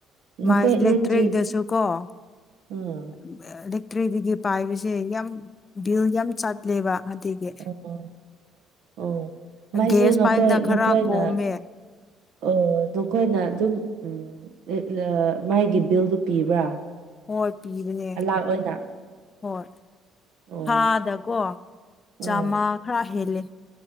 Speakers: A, on the left; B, on the right.
A: ꯃꯥꯢ
B: ꯅꯈꯣꯏ
A: ꯏꯂꯦꯛꯇ꯭ꯔꯤꯛꯇꯁꯨ
B: ꯏꯂꯦꯛꯇ꯭ꯔꯤꯛ
A: ꯀꯣ꯫ ꯑꯑ
B: ꯎꯝ
A: ꯏꯂꯦꯛꯇ꯭ꯔꯤꯛ ꯗꯒꯤ ꯄꯥꯏꯕꯁꯦ ꯌꯥꯝ ꯕꯤꯜ ꯌꯥꯝ ꯆꯠꯂꯦꯕꯥ꯫ ꯑꯗꯤꯒꯤ
B: ꯑꯣ ꯑꯣ ꯃꯥꯏꯁꯨ
A: ꯒꯦꯁ
B: ꯅꯈꯣꯏ
A: ꯄꯥꯏꯕꯅ ꯈꯔ
B: ꯅꯈꯣꯏꯅ
A: ꯀꯣꯝꯃꯦ꯫
B: ꯑꯣ ꯅ‌ꯣꯈꯣꯏꯅꯥ ꯑꯗꯨꯝ ꯎꯝ꯫ ꯂꯦ ꯂꯥ ꯃꯥꯒꯤ ꯕꯤꯜꯗꯣ ꯄꯤꯕ꯭ꯔꯥ꯫
A: ꯍꯣꯏ ꯄꯤꯕꯅꯦ
B: ꯑꯂꯥꯛ ꯑꯣꯏꯅ
A: ꯍꯣꯏ꯫
B: ꯑꯣ
A: ꯊꯥꯗꯀꯣ
B: ꯎꯝ
A: ꯆꯥꯃ ꯈꯔ ꯍꯦꯜꯂꯦ꯫